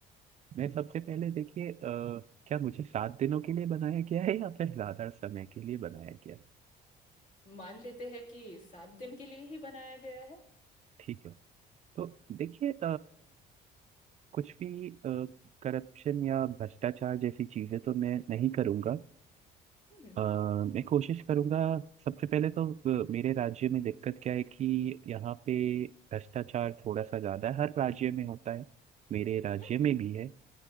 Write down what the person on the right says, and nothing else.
मैं सबसे पहले देखिए अ, क्या मुझे सात दिनों के लिए बनाया गया है या फिर ज्यादा समय के लिए बनाया गया है
ठीक है तो देखिए अ, कुछ भी करप्शन या भ्रष्टाचार जैसी चीजें तो मैं नहीं करूंगा
अ, मैं कोशिश करूंगा सबसे पहले तो अ, मेरे राज्य में दिक्कत क्या है कि यहाँ पे भ्रष्टाचार थोड़ा सा ज्यादा है हर राज्य में होता है मेरे राज्य
में भी है